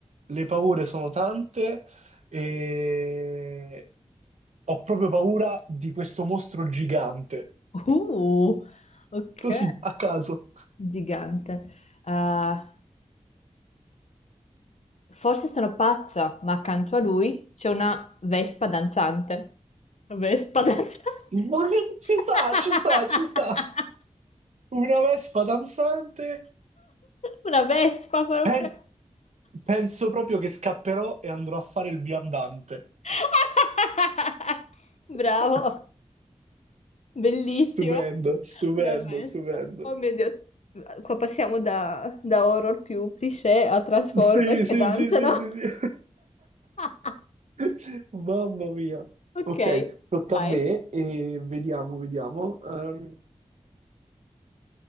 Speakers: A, on the right; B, on the left.
A: le paure sono tante e... Ho proprio paura di questo mostro gigante.
B: Uh, ok,
A: Così, a caso.
B: gigante. Ah, Forse sono pazza, ma accanto a lui c'è una vespa danzante. Vespa danzante?
A: Ma che- Ci
B: <laughs>
A: sta, ci sta, ci sta. Una vespa danzante.
B: Una vespa proprio.
A: Pen- penso proprio che scapperò e andrò a fare il viandante.
B: <laughs>
A: <laughs>
B: Bravo, bellissima.
A: Stupendo, stupendo,
B: Una vespa.
A: stupendo.
B: Oh mio Dio, qua passiamo da, da horror più cliché a Transformers
A: Sì,
B: che
A: sì,
B: danzano.
A: sì, sì, sì,
B: <laughs>
A: sì. <laughs> Mamma mia.
B: Ok,
A: Ok, tocca
B: vai.
A: a me e vediamo, vediamo. Ehm,